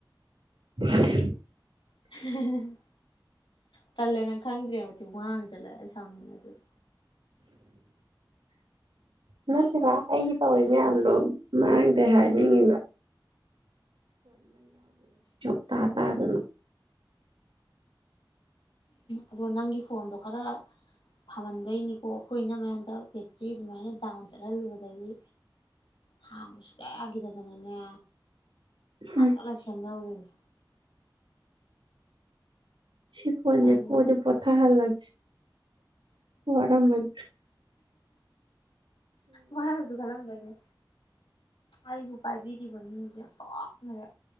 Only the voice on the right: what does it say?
<unintelligible>
ꯅꯠꯇꯦꯕ ꯑꯩꯒꯤ ꯇꯧꯔꯤ ꯃꯌꯥꯝꯗꯣ ꯃꯥꯡꯗꯦ ꯍꯥꯏꯅꯤꯡꯉꯤꯕ <unintelligible> ꯇꯥ ꯇꯥꯗꯅ
ꯎꯝ
ꯁꯤ ꯐꯣꯟꯁꯦ
ꯄꯣꯗꯤ ꯄꯣꯊꯥ ꯍꯜꯂꯒꯦ <inaudible> ꯋꯥꯔꯝꯃꯟ